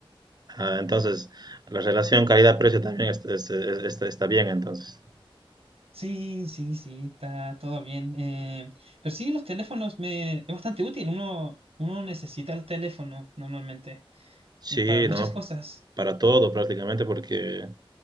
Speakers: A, on the right; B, on the right.
A: Ah, entonces, la relación calidad-precio también es- es- es- está, está bien, entonces.
B: Sí, sí, sí, está todo bien. Eh, pero sí, los teléfonos me, es bastante útil. Uno, uno necesita el teléfono normalmente
A: Sí,
B: y para muchas
A: ¿no?
B: cosas.
A: Para todo prácticamente porque